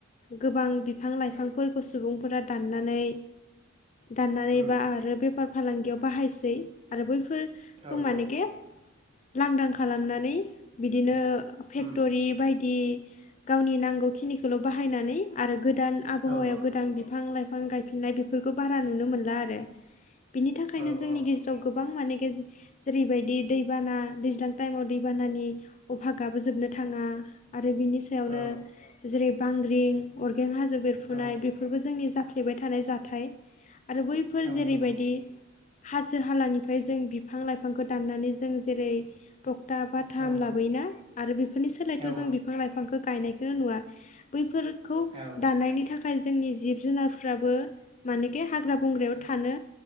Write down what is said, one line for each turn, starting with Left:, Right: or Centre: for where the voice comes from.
Left: गोबां बिफां लाइफांफोरखौ सुबुंफोरा दाननानै दाननानै
Right: उम
Left: बा आरो बेफार फालांगियाव बाहायसै आरो बै फोरखौ
Right: औ
Left: मानेके
Right: औ
Left: लांदां खालामनानै बिदिनो फेक्टरि
Right: उम
Left: बायदि गावनि नांगौखिनि खौल' बाहायनानै आरो गोदान आबहावायाव
Right: औ
Left: गोदान बिफां लाइफां गायफिननाय बेफोरखौ बारा नुनो मोनला आरो। बिनि थाखायनो
Right: औ
Left: जोंनि गेजेराव गोबां माने गेज जेरैबायदि दैबाना दैज्लां टाइमाव दैबानानि अभागाबो जोबनो थाङा आरो बिनि सायावनो
Right: औ
Left: जेरै बांग्रिं अरगें हाजो बेरफ्रुनाय
Right: औ
Left: बेफोरबो जोंनि जाफ्लेबाय थानाय जाथाय‌ आरो बैफोर
Right: औ
Left: जेरैबायदि
Right: नंगौ
Left: हाजो हालानिफ्राय जों बिफां लाइफांखौ दाननानै जों जेरै तकथा बाथाम
Right: औ
Left: ला ना आरो बेफोरनि सोलायथ'
Right: औ
Left: जों बिफां लाइफांखौ गायनायखौनो नुवा। बैफोर खौ
Right: औ
Left: दानायनायनि थाखाय जोंनि जिब जुनारफ्राबो मानेखे हाग्रा बंग्रायाव थानो